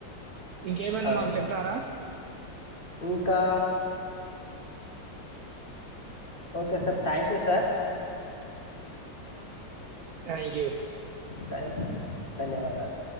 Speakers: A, on the right; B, on the left.
A: ఇంకేమైనా
B: అవును
A: మాకు
B: సార్
A: చెప్తారా.
B: ఇంకా okay sir thank you sir.
A: Thank you.
B: Thank you sir ధన్యవాదాలు